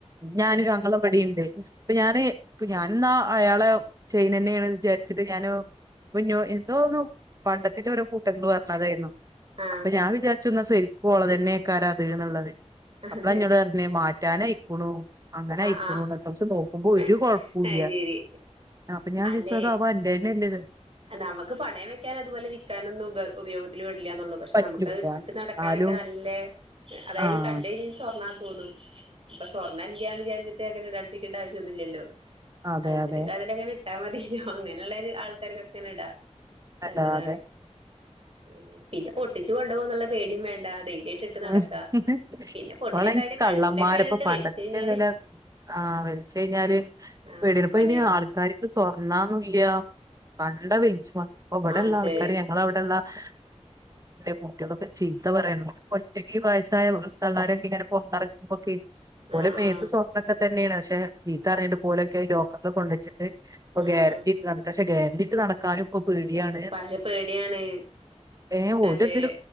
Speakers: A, on the right; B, on the right.
A: ഞാനൊരു അങ്ങളവടിണ്ട് അപ്പൊ ഞാന് പ്പ ഞാനിന്നാ അയാളെ ചൈനന്നേണ് വിചാരിച്ചിട്ട് ഞാനു കുഞ്ഞോ എന്തോന്നോ പണ്ടത്തി <unintelligible> കൂട്ടംന്ന് പറഞ്ഞതായിരുന്നു
B: ആ
A: അപ്പൊ ഞാൻ വിചാരിച്ച്ന്നാ സെരി കോള തന്നേക്കാരത് ന്ന്ള്ളത്
B: അതെ
A: അപ്പോള എന്നോട് പറഞ്ഞെ മാ <unintelligible> <unintelligible> അങ്ങനെ
B: ആ
A: ആയിക്ക്ണു
B: ആ
A: <unintelligible> നോക്കുമ്പോ
B: അത്
A: ഒരു കുഴപ്പൂല്ല
B: ശരി
A: അപ്പൊ ഞാൻ
B: അല്ലെ
A: ചോദിച്ചോ അതോ അപ്പൊ എന്റെറന്നെല്ലത്
B: നമുക്ക് പണയം വെക്കാൻ അതുപോലെ വിക്കാനൊന്ന ഉപ ഉപയോഗത്തിൽ ഇല്ല്യാന്നൊള്ളൂ പക്ഷെ
A: പറ്റൂല
B: നമുക്ക്ത് ഇട്ടിട്ട് നടക്കാനൊക്കെ
A: എന്നാലും
B: നല്ലെ അതായത്
A: ആ
B: കണ്ടകഴിഞ്ഞ സ്വാർണാ തോന്നു ഇപ്പൊ സ്വർണ്ണംഇല്ല്യാന്ന് വിചാരിച്ചിട്ട് അങ്ങനെ ഇടേണ്ടിരിക്കണ്ട ആവശ്യൊന്നുല്ലല്ലോ
A: അതെ
B: കഴ്ത്തില്
A: അതെ
B: കാതിൽ അങ്ങനെ ട്ടാമദീനോ അങ്ങനെയുള്ളൊ ഒരു ആൾക്കാരൊക്കെ കനഡ
A: അതെ
B: നല്ലതാണ്
A: അതെ
B: അങ്ങനെ പിന്നെ പൊട്ടിച്ച് കൊണ്ടോവോന്നുള്ള പേടിം വേണ്ട ധൈര്യമായിട്ട് ഇട്ട്
A: <unintelligible>
B: നടക്കാ പിന്നെ പൊട്ടിച്ചോണ്ടായാല്
A: എനിക്ക് കള്ളന്മാരപ്പൊ
B: കഴുത്തിലൊക്കെ ഇട്ടിട്ട്
A: പണ്ടത്തിന്റെ
B: വലിച്ചു കഴിഞ്ഞാല്
A: വെല ആ വെൽച്ചഴിഞ്ഞാല്
B: ആ
A: വീടിനപ്പയ്ന്
B: പണിയാവും
A: ആൾക്കാർക്ക് സ്വർണ്ണാന്നുല്ല കണ്ട വേ ഇപ്പ ഇബടള്ളാൾക്കാര്
B: ആ അതെ
A: ഞങ്ങളവ്ടെള്ള <unintelligible> കുട്ടികളൊക്കെ ചീത്ത പറയ ഒറ്റക്ക് ഈ വയസ്സായതള്ളാരൊക്കെ ഇങ്ങനെ പോർത്തെർങ്ങുമ്പൊക്കെ പോലെ
B: ആഹ്
A: മേത്ത്
B: ആഹ്
A: സ്വർണ്ണൊക്കെ തന്നേണ് പഷെ ചീത്തറീണ്ട് പ്പോര് ലോക്കറിൽ കൊണ്ടെച്ച് പ്പോ
B: ആഹ്
A: ഗ്യാരണ്ടിട്ടട്ക്ക പഷെ ഗേരണ്ടി നടക്കായും <unintelligible> പേടിയാണ്
B: പക്ഷെ പേടിയാണ്
A: ഏ <unintelligible>
B: അതെ